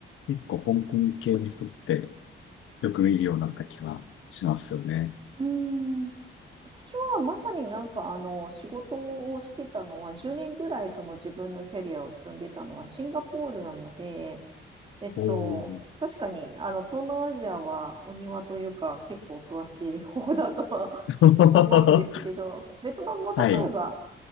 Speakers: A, on the left; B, on the right.
A: 結構香港系の人ってよく見るようになった気はしますよね。
B: うーん、私はまさになんかあの仕事をしてたのは10年ぐらいその自分のキャリアを積んでたのはシンガポールなので、えっと、
A: おー。
B: 確かにあの東南アジアはお庭というか結構詳しい方だとは
A: <laughs>
B: <laughs> 思うんですけど、ベトナムも例えば
A: はい。